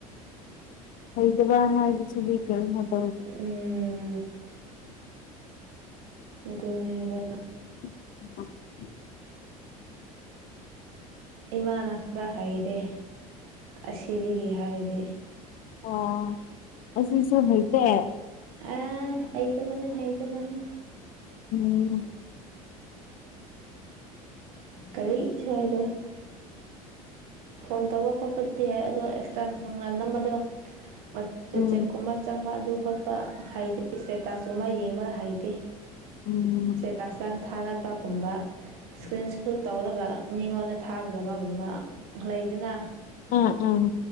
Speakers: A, on the left; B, on the right.
A: ꯍꯩꯇꯥꯕ ꯍꯥꯏ <unintelligible>
B: ꯎꯝ ꯑꯗꯨꯅꯦꯕ
A: <unintelligible>
B: ꯏꯃꯥꯅ ꯈꯔ ꯍꯩꯔꯦ ꯑꯁꯤꯗꯒꯤ ꯍꯥꯏꯔꯗꯤ
A: ꯑꯣ ꯑꯁꯤꯁꯨ ꯍꯩꯇꯦ
B: ꯑ ꯍꯩꯇꯕꯅꯦ ꯍꯩꯇꯕꯅꯦ
A: ꯎꯝ
B: ꯀꯔꯤ ꯏꯁꯩꯗꯣ ꯐꯣꯟ ꯇꯧꯕ ꯈꯣꯠꯄꯗꯤ ꯌꯥꯏ ꯑꯗꯣ ꯀꯦꯃꯦꯔꯥ ꯅꯨꯡ ꯅꯝꯕꯗꯣ ꯋꯥꯆꯦꯞꯀꯨꯝꯕ
A: ꯎꯝ
B: ꯆꯪꯕ ꯑꯗꯨ ꯈꯣꯠꯄ ꯍꯩꯇꯦ ꯏꯁꯇꯦꯇꯥꯁ ꯇꯨꯃꯥ ꯌꯦꯡꯕ ꯍꯩꯇꯦ
A: ꯎꯝ
B: ꯇꯁ ꯇ ꯊꯥꯒꯠꯄꯒꯨꯝꯕ ꯏꯁꯀ꯭ꯔꯤꯟ ꯁꯣꯠ ꯇꯧꯔꯒ ꯃꯤꯉꯣꯟꯗ ꯊꯥꯒꯗꯕꯒꯨꯝꯕ ꯂꯩꯗꯨꯅ ꯑ
A: ꯑꯥ ꯎꯝ